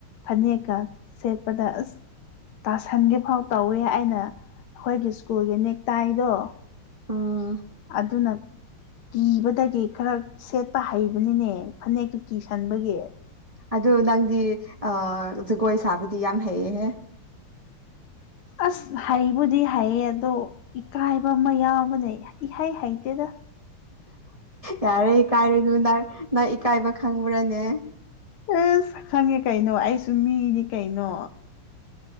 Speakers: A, on the left; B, on the right.
A: ꯐꯅꯦꯛꯀꯥ ꯁꯦꯠꯄꯗ ꯑꯁ ꯇꯥꯁꯟꯒꯦꯐꯥꯎ ꯇꯧꯋꯦ ꯑꯩꯅ ꯑꯈꯣꯏꯒꯤ ꯁ꯭ꯀꯨꯜꯒꯤ ꯅꯦꯛ ꯇꯥꯏꯗꯣ
B: ꯎꯝ
A: <unintelligible> ꯀꯤꯕꯗꯒꯤ ꯈꯔ ꯁꯦꯠꯄ ꯍꯩꯕꯅꯤꯅꯦ ꯐꯅꯦꯛꯇꯨ ꯀꯤꯁꯟꯕꯒꯤ꯫
B: ꯑꯗꯨ ꯅꯪꯗꯤ ꯑ ꯖꯒꯣꯏ ꯁꯥꯕꯗꯤ ꯌꯥꯝ ꯍꯩꯌꯦꯍꯦ
A: ꯑꯁ ꯍꯩꯕꯨꯗꯤ ꯍꯩꯌꯦ ꯑꯗꯣ ꯏꯀꯥꯏꯕ ꯑꯃ ꯌꯥꯎꯕꯅꯦ ꯏꯍꯩ ꯍꯩꯇꯦꯗ
B: ꯌꯥꯔꯦ ꯏꯀꯥꯏꯔꯨꯅꯨ ꯅꯪ ꯅꯪ ꯏꯀꯥꯏꯕ ꯈꯪꯕ꯭ꯔꯥꯅꯦ
A: ꯑꯁ ꯈꯪꯉꯦ ꯀꯩꯅꯣ ꯑꯩꯁꯨ ꯃꯤꯅꯤ ꯀꯩꯅꯣ꯫